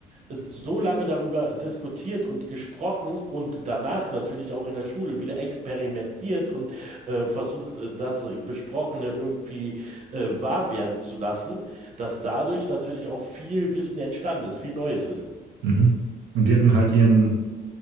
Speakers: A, on the right; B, on the right.
A: so lange darüber diskutiert und gesprochen und danach natürlich auch in der Schule wieder experimentiert und äh, versucht, äh, das Besprochene irgendwie äh, wahr werden zu lassen, dass dadurch natürlich auch viel Wissen entstanden ist, viel neues Wissen.
B: mhm. Und die hatten halt ihren